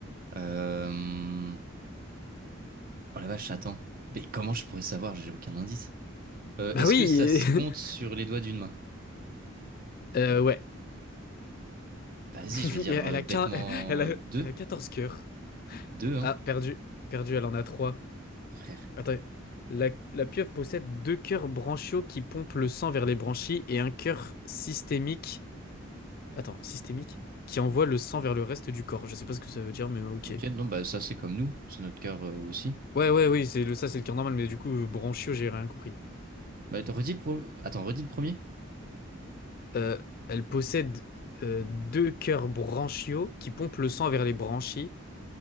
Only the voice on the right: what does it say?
Euh... Oh la vache, attends. Mais comment je pourrais savoir? J'ai aucun indice. Euh,
est-ce
que ça se compte sur
les doigts d'une main?
Vas-y,
je vais dire
euh,
bêtement
deux.
Deux, hein,
frère.
Ok, non, bah ça c'est comme nous, c'est notre cœur euh, aussi.
Bah, redis le pro- Attends, redis le premier.